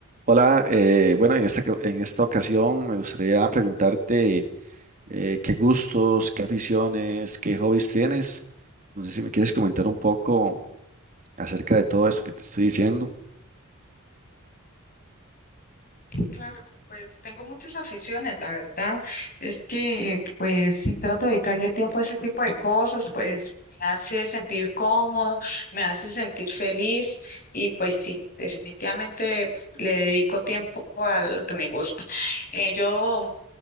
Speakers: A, on the right; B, on the left.
A: Hola, eh, bueno, en esta, ca- en esta ocasión me gustaría preguntarte eh, qué gustos, qué aficiones, qué hobbies tienes. No sé si me quieres comentar un poco acerca de todo esto que te estoy diciendo.
B: Sí, Claro, pues tengo muchas aficiones, la verdad. Es que pues si trato de dedicarle tiempo a ese tipo de cosas, pues me hace sentir cómodo, me hace sentir feliz y pues sí, definitivamente le dedico tiempo a lo que me gusta. Eh, yo